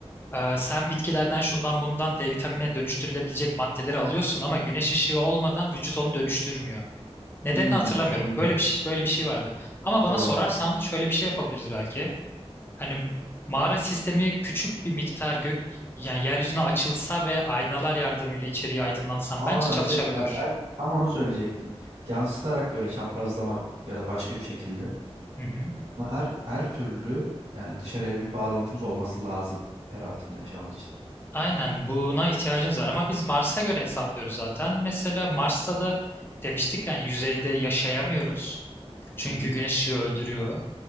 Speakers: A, on the left; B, on the right.
A: Ee, sen bitkilerden şundan bundan D vitamine dönüştürülebilecek maddeleri alıyorsun ama güneş ışığı olmadan vücut onu dönüştürmüyor. Nedenini
B: Hmm,
A: hatırlamıyorum.
B: o sorun var.
A: Böyle bir şey, böyle bir şey vardı. Ama bana
B: Doğru.
A: sorarsan şöyle bir şey yapabiliriz belki. Hani mağara sistemi küçük bir miktar gök yani yeryüzüne açılsa ve aynalar yardımıyla içeriği aydınlatsam
B: Aa
A: bence çalışabilir.
B: evet ben, ben tam onu söyleyecektim. Yansıtarak böyle çaprazlama ya da başka bir şekilde.
A: Hı hı.
B: Ama her her türlü yani dışarıya bir bağlantımız olması lazım yer altında yaşamak için.
A: Aynen buna ihtiyacınız var ama biz Mars'a göre hesaplıyoruz zaten. Mesela Mars'ta da demiştik yani yüzeyde yaşayamıyoruz. Çünkü
B: Hı hı.
A: güneş ışığı öldürüyor.